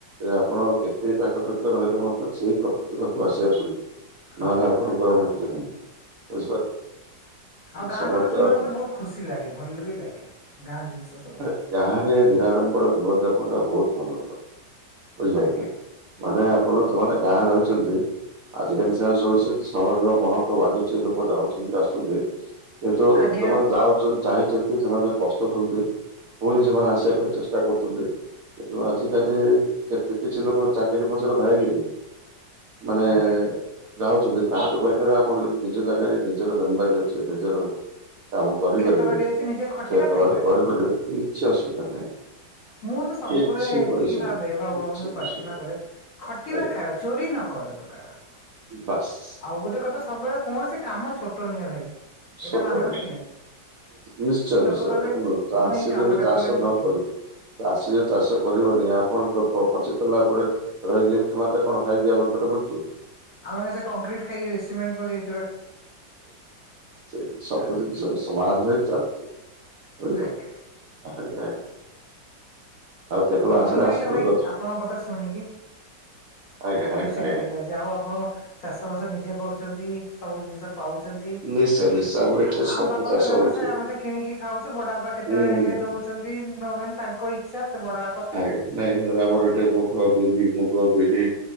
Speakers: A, on the right; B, on the left.
A: ଆପଣ କେତେ ଚାକର ବାକର ରହିଲେ ମଧ୍ୟ, ସେଇ ପ୍ରକୃତି ପାଖକୁ ଆସିବାକୁ ପଡିବ।
B: ହଁ
A: ନହେଲେ ଆପଣ ଗ୍ରହ
B: ଆଉ
A: ମୁକ୍ତି ନାହିଁ, ବୁଝିପାରିଲେ?
B: ଆଉ ଗାଁ
A: ସମସ୍ତେ
B: କଥା ଶୁଣିଲେ
A: ଆପ-
B: ମତେ ବହୁତ ଖୁସି ଲାଗେ। ଭଲ ବି ଲାଗେ। ଗାଁ ଜିନିଷ ସବୁ
A: ବାହାରେ ନିରାଡମ୍ବର ଜୀବନ ଯାପନ ଟା ବହୁତ ଭଲ ମିଳୁଚି, ବୁଝିପାରିଲେ
B: ଆଜ୍ଞା
A: ନା? ମାନେ ଆପଣ ଯୋଉମାନେ ଗାଁରେ ରହିଛନ୍ତି। ଆଜିକାଲି ସେମାନେ ସବୁ ସେ ସହରର ମହ ଲୋକ ଭଧୁଛି ଲୋକ ଯାଉଛନ୍ତି ଆସୁଛନ୍ତି କିନ୍ତୁ
B: ଆଜ୍ଞା
A: ସେମାନେ ଯାଉ <unintelligible> ଯାଇଛନ୍ତି ସେମାନେ ପସ୍ଥଉଛନ୍ତି। ପୁଣି ସେମାନେ ଆସିବା ପାଇଁ ଚେଷ୍ଟା କରୁଛନ୍ତି। କିନ୍ତୁ ଆଜିିକାଲି କେତେ କିଛି ଲୋକ ଚାକିରି ପଛରେ ଥାଇ କିରି ମାନେ
B: ଆଜ୍ଞା
A: ଯାଉଛନ୍ତି ତାଠୁ ବେଟର ଆପଣ ଯ ନିଜ ଜାଗାରେ ନିଜର ଜମବାଡି ଅଛି। ନିଜର କାମ କରିପାରିବେ।
B: କ୍ଷେତ ବାଡି ଅଛି ନିଜେ ଖଟିବା
A: ସେତେବେଳେ
B: ଖାଇବା
A: କରିପାରିବେ କିଛି ଅସୁବିଧା ନାହିଁ।
B: ମୁଁ ତ ସବୁବେଳେ
A: କିଛି
B: ଏତିକି
A: ପଇସା
B: ଭାବେ,
A: ନାହିଁ
B: ଭଗବାନଙ୍କୁ
A: କିଛି ପଇସା
B: ପ୍ରାର୍ଥନା
A: ନାହିଁ
B: କରେ ଖଟିବା
A: ଆଜ୍ଞା
B: ଖାଇବା। ଚୋରି ନ କରନ୍ତୁ କାହାର।
A: ବାସ୍।
B: ଆଉ ଗୋଟେ କଥା ସବୁବେଳେ କୌଣସି କାମ ଛୋଟ ନୁହେଁ ଭାଇ।
A: ଛୋଟ
B: ଏଇଟା ମାନନ୍ତି
A: ନାଇଁ
B: କି
A: ନିଶ୍ଚୟ
B: ଲୋକ
A: ନିଶ୍ଚୟ,
B: କହିବେ
A: ଦେଖନ୍ତୁ ଚାଷୀ
B: ମୁଁ ଏଇ କାମ
A: ଯଦି
B: ଟା
A: ଚାଷ
B: କଲେ ଛୋଟ
A: ନ ଚାଷୀ ଯଉ ଚାଷ କରିବନି ଆପଣ ପଚି ସରିଲ ପରେ ରହି ଲିଫ୍ଟ ମାରିଲେ କଣ ଖାଇଦି ଆପଣ ପେଟ ପଡିଯିବ <unintelligible>
B: ଆମେ ସେ କଂକ୍ରିଟ୍ ଖାଇକି ବେଶ <unintelligible>
A: ସେ ସବୁ
B: ତାହେଲେ
A: ଜିନିଷ ସମାଧାନ ହେଇ ଚାଲୁଚି। <unintelligible>
B: ଆଜ୍ଞା
A: ଆଉ କେତେବେଳେ
B: ଆଉ
A: ଆସିଲେ
B: ଭଲ ଲାଗିଲା
A: ଆସନ୍ତୁ
B: ଭାଇ
A: <unintelligible>
B: ଆପଣଙ୍କ କଥା ଶୁଣିକି
A: ଆଜ୍ଞା
B: ବହୁତ
A: ଆଜ୍ଞା
B: ଖୁସି
A: ଆଜ୍ଞା!
B: ଲାଗିଲା ଯାହା ହଉ ଆପଣ ଚାଷବାସ ନିଜେ କରୁଚନ୍ତି। ସବୁ ଜିନିଷ ପାଉଚନ୍ତି।
A: ନିଶ୍ଚୟ ନିଶ୍ଚୟ ଆମର ଏଠି
B: ଆ ଆମ୍
A: ସବୁ
B: ବାପା
A: ଚାଷ
B: ତ ବ୍ୟବସାୟ
A: ହଉଛି
B: ଆମେ ତ କିଣିକି ଖାଉଚୁ ବଡବାପା କେତେବେଳେ
A: ହୁଁ
B: ହେଲେ
A: ହୁଁ, ହୁଁ।
B: ଦଉ ଅଛନ୍ତି <unintelligible> ତାଙ୍କ ଇଚ୍ଛା ସେ ବଡା
A: ଆଜ୍ଞ ନାଇଁ ଆମର ଏଠି ମୁଗ <unintelligible> ମୁଗ, ବିରି